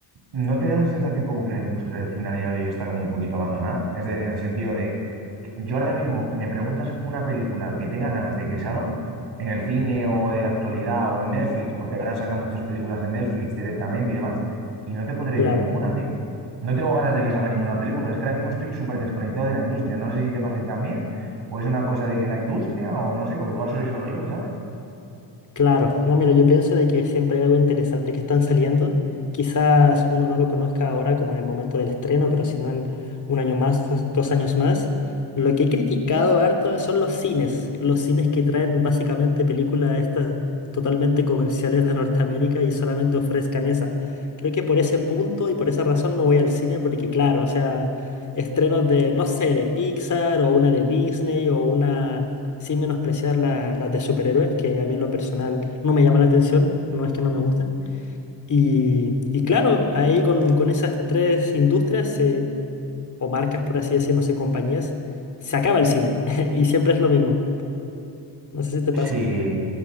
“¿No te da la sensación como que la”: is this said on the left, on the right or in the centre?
Right